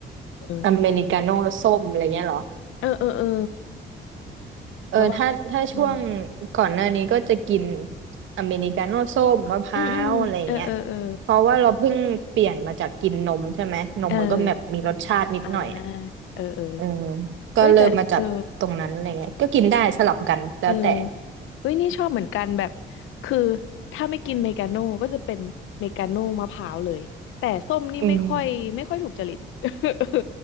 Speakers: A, on the left; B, on the right.
A: เออ
B: อเมริกาโน่ส้มอะไรเงี้ยเหรอ
A: เออเออเออ
B: เออถ้าถ้าช่วง
A: ระหว่างอืม
B: ก่อนหน้านี้ก็จะกินอเมริกาโน่ส้มมะพร้าวอะไรเงี้ย
A: อืมอืมเออเออเออ
B: เพราะว่าเราเพิ่งเปลี่ยนมาจากกินนมใช่ไหมนมมันก็แบบมีรสชาตินิดหน่อยอ่ะ
A: เอออ่าเออเออ
B: เออก็เริ่มมาจากตรงนั้นอะไรเงี้ยก็กินได้สลับกันแล้วแต่
A: เอ้ยแต่เออเออ เฮ้ยนี่ชอบเหมือนกันแบบคือถ้าไม่กินเมกาโน่ก็จะเป็นเมกาโน่มะพร้าวเลยแต่ส้มนี่ไม่ค่อยไม่ค่อยถูกจริต
B: อืม
A: <laughs> เออ